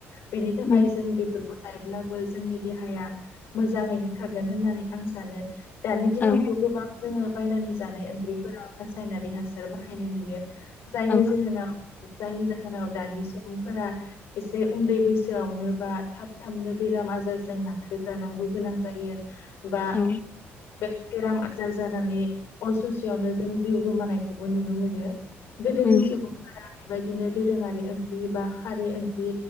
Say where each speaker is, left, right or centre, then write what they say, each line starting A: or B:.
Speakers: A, on the left (about 70°); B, on the left (about 35°).
A: बेनि थाखाय
B: उम
A: जों बे बेफोरखौ जायोब्लाबो जोंनि देहाया मोजाङैनो थागोन होननानै आं सानो दानि दिनावथ'
B: औ
A: गोबां जोङो बायनानै जानाय ओंख्रिफोराव रासायनारि हासार बाहायनाय नुयो जायनि
B: औ
A: जोहोनाव जायनि जाहोनाव दानि सुबुंफोरा एसे उन्दै बैसोआवनो बा थाब थाबनो बेराम आजारजों नाख्रेबजानांगौ गोनां जायो बा
B: औ
A: बे बेराम आजार जानानै अरसेयावनो जों जिउ गोमानायखौबो नुनो मोनो। गोदोनि
B: उम
A: सुबुंफोरा बेबायदिनो दोरोङारि ओंख्रि बा खारै ओंख्रि